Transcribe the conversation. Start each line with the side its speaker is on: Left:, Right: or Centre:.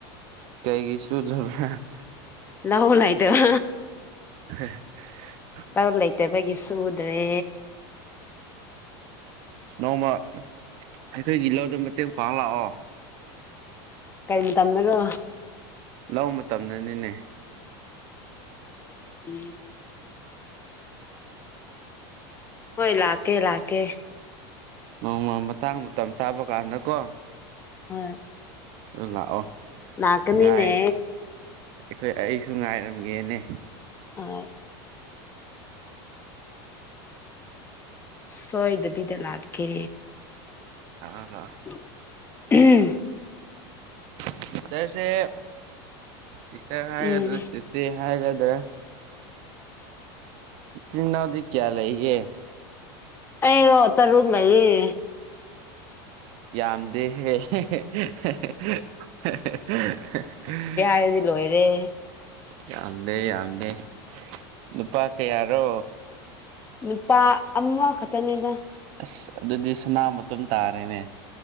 Right: ꯀꯩꯒꯤ ꯁꯨꯗ꯭ꯔꯕ?
Left: ꯂꯧ ꯂꯩꯇꯕ
Right: <unintelligible>
Left: ꯂꯧ ꯂꯩꯇꯕꯒꯤ ꯁꯨꯗ꯭ꯔꯦ꯫
Right: ꯅꯣꯡꯃ ꯑꯩꯈꯣꯏꯒꯤ ꯂꯧꯗ ꯃꯇꯦꯡ ꯄꯥꯡ ꯂꯥꯛꯑꯣ꯫
Left: ꯀꯩ ꯃꯇꯝꯗꯔꯣ?
Right: ꯂꯧ ꯃꯇꯝꯗꯅꯤꯅꯦ
Left: ꯎꯝ ꯍꯣꯏ ꯂꯥꯛꯀꯦ ꯂꯥꯛꯀꯦ꯫
Right: ꯅꯣꯡꯃ ꯃꯇꯥꯡ ꯃꯇꯝ ꯆꯥꯕ ꯀꯥꯟꯗꯀꯣ꯫
Left: ꯍꯣꯏ
Right: ꯑꯗꯨ ꯂꯥꯛꯑꯣ
Left: ꯂꯥꯛꯀꯅꯤꯅꯦ
Right: ꯉꯥꯏ ꯑꯩꯈꯣꯏ ꯑꯩꯁꯨ ꯉꯥꯏꯔꯝꯒꯦꯅꯦ꯫
Left: ꯍꯣꯏ ꯁꯣꯏꯗꯕꯤꯗ ꯂꯥꯛꯀꯦ
Right: ꯂꯥꯛꯑꯣ ꯂꯥꯛꯑꯣ
Left: <unintelligible>
Right: ꯁꯤꯁꯇꯔꯁꯦ ꯁꯤꯁꯇꯔ ꯍꯥꯏꯒꯗ꯭ꯔ
Left: ꯎꯝ
Right: ꯆꯤ ꯆꯦ ꯍꯥꯏꯒꯗ꯭ꯔꯥ ꯏꯆꯤꯟ ꯏꯅꯥꯎꯗꯤ ꯀꯌꯥ ꯂꯩꯒꯦ
Left: ꯑꯩꯔꯣ ꯇꯔꯨꯛ ꯂꯩꯌꯦ
Right: ꯌꯥꯝꯗꯦꯍꯦ <unintelligible>
Left: ꯑꯩꯗꯤ ꯂꯣꯏꯔꯦ
Right: ꯌꯥꯝꯗꯦ ꯌꯥꯝꯗꯦ ꯅꯨꯄꯥ ꯀꯌꯥꯔꯣ
Left: ꯅꯨꯄꯥ ꯑꯃꯈꯛꯇꯅꯦꯗ
Right: ꯑꯁ ꯑꯗꯨꯗꯤ ꯁꯅꯥꯃꯇꯨꯝ ꯇꯥꯔꯦꯅꯦ